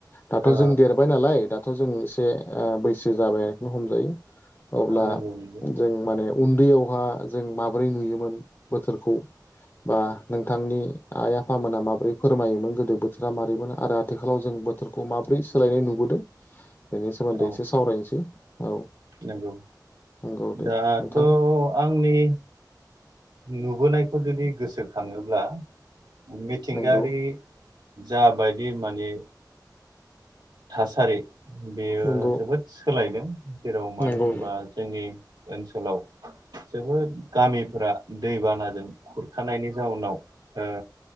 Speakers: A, on the left (about 30°); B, on the right (about 80°).
A: दाथ'
B: औ
A: जों देरबाय नालाय दाथ' जों एसे ओ बैसो जाबाय आरोखनो हमजायो। अब्ला
B: नंगौ नंगौ
A: जों माने उन्दैयावहा जों माबोरै नुयोमोन बोथोरखौ। खौ बा नोंथांनि आइ आफा फामोना माबोरै फोरमायोमोन गोदो बोथोरा माबै मोन आरो आथिखालाव जों बोथोरखौ माबोरै सोलायनाय नुबोदों? बेनि सोमोन्दै
B: औ
A: एसे सावरायनोसै। औ।
B: नंगौ
A: नंगौ दे
B: दाथ'
A: नोंथां
B: आंनि नुबोनायखौ जुदि गोसोखाङोब्ला मिथिंगायारि
A: नंगौ
B: जाबायदि माने थासारि बेयो
A: नंगौ
B: जोबोद सोलायदों। जेराव मानो
A: नंगौ
B: होनोबा जोंनि ओनसोलाव जोबोद गामिफोरा दैबानाजों खुरखानायनि जाउनाव ओ